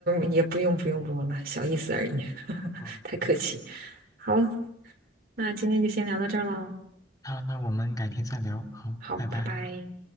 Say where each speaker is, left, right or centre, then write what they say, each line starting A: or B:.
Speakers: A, on the right; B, on the left.
A: 也不用不用不用了，小意思而已，<laughs>
B: 嗯，
A: 太客气。好，那今天就先聊到这儿喽。
B: 那那我们改天再聊，好，
A: 好，
B: 拜拜。
A: 拜拜。